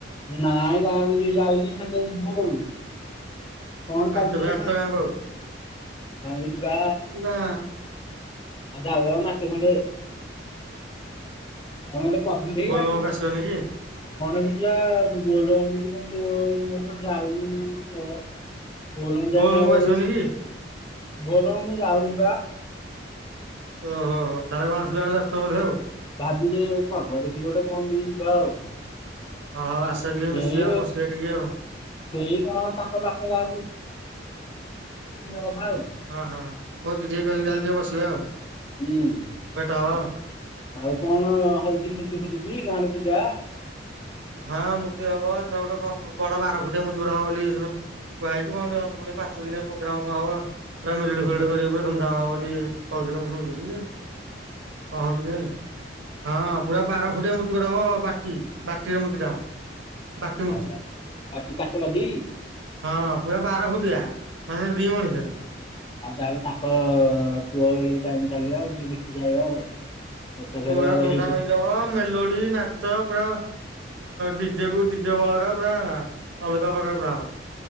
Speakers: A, on the left (about 25°); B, on the right (about 90°).
A: ନାଇଁ ଗାଁକୁ ଯି ଯାଇନି ହେଲେ ଯିବା ଆଉ। <unintelligible>
B: ଆଉ କେବେ ଆସୁଛ ଗାଁକୁ ଆଉ?
A: ଆଣିଲି ବା
B: ନା
A: ଆ ଯାଉ ଆଉ ମାସେ ଖଣ୍ଡେ। <unintelligible> ଗଣେଶ ପୂଜା
B: ବୋଲବମକୁ ଆସିବନି କି
A: ବୋଲବମ <unintelligible> ମୁଁ ତ ଯାଉନି। <unintelligible> ବୋଲବମ୍ ଯାଇକି
B: ବୋଲବମକୁ
A: କଣ କରିବି?
B: ଆସିବନି କି?
A: ବୋଲବମ ମୁଁ ଯାଉନି ପା।
B: ଓହୋ ହୋ। ତାର <unintelligible> ବେଳକୁ ଆସିଥିବ ବୋଧେ ଆଉ।
A: ଭାବିିଚି, ଏ ପର୍ବ ଦେଖିକି ଗୋଟେ କଣ ନେଇ ଯିବା ଆଉ।
B: ହଁ। ହଉ ଆସ
A: ସେଇ
B: ଟିକେ ମିଶିବା ଆଉ ବସିବା ଟିକେ ଆଉ।
A: ସେଇ କଣ ତାଙ୍କ ପାଖରେ। <unintelligible>
B: ହଁ ହଁଁ ହଁ। ଭୋଜି ଟିକେ କରିକି ଖାଲି ଟିକେ ବସିବା ଆଉ।
A: ହୁଁ,
B: ଭେଟ ହବା
A: ଆ ଆଉ କଣ ହଉଚି ମୂର୍ତ୍ତି ଫୁର୍ତ୍ତି ଟି ଗାଁ ରେ ପୂଜା?
B: ହଁ, ମୂର୍ତ୍ତି ହବ। ଛ ଗୋଟେ ବଡ ବାର ଫୁଟିଆ ମୂର୍ତ୍ତି ଗୋଟେ ହବ ବୋଲି କୁହାହେଇଚି। କଣ ତ ପୁଣି ପାଞ୍ଚ ଦିନିଆ ପ୍ରୋଗ୍ରାମ କଣ ହବ? ପୁରା ମେଲୋଡି ଫେଲୋଡି କରିବେ। ପୁରା ଧୁମ ଧାମ ହବ ବୋଲି କହୁଥିଲେ ମୁଁ ଶୁଣିଥିଲି।
A: <inaudible>
B: କଣ ହଉଚି କେଜାଣି? ହଁ, ପୁରା ବାର ଫୁଟିଆ ମୂର୍ତ୍ତି ଗୋଟେ ହବ। ବାଟି ବାଟିରେ ମୂର୍ତ୍ତି ଟା ହବ। ବାଟି ମୂର୍ତ୍ତି।
A: ଆଚ୍ଛା, <unintelligible> କାଚ ବାଟି?
B: ହଁ, ପୁରା ବାର ଫୁଟିଆ। ମାନେ ଦି ମଣିସେ।
A: ଆଉ ତାହେଲେ ତାଙ୍କ ପୁଅ ଏ ଟାଇ ଚାଲିବା ଆଉ ଟିକେ ଦେଖିକି ଆଇବା ଆଉ। ଏକାଥରେ
B: ପୁରା <unintelligible>
A: ହେଇଠି
B: ମେଲୋଡି, ନାଚ ପୁରା ଡିଜେକୁ ଡିଜେ ବଳକା, ପୁରା ଅଲଗା ପ୍ରକାର ପୁରା ହବ।